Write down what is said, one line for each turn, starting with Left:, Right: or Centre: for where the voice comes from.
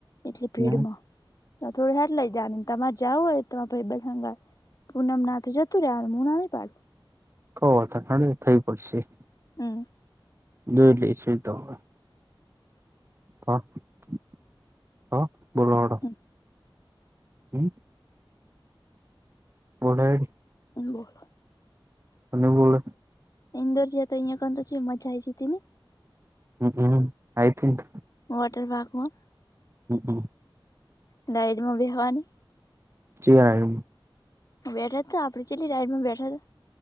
Left: એટલી ભીડમાં
Right: હમ
Left: થોડી હાર લઇ જા તમારે જાવ હોય ત બરંગ પૂનમ નાથ જતું મુના પા
Right: કઠડ થઈ પડશે
Left: હમ્મ
Right: જોઈ લઈશું એ તો હવે. હ <inaudible> હ <inaudible> બોલવા ડો
Left: હમ
Right: હુ <unintelligible>
Left: <unintelligible>
Right: <unintelligible>
Left: ઈદર જેતોઈંયાખ તો ચી મજા આવી જ તેની
Right: <unintelligible>
Left: વોટર પાર્કમાં.
Right: હમ્મ--હમ્મ
Left: ડારોબી હવાની.
Right: જીરામ
Left: બેઠા તો આપડ છેટલી રાઈડમાં બેઠા તો